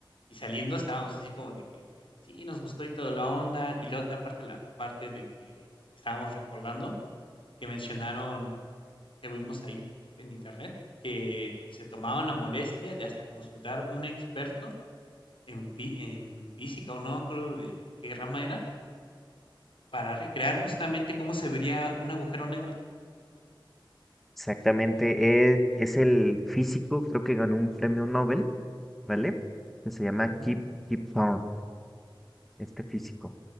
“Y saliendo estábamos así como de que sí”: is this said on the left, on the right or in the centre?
Left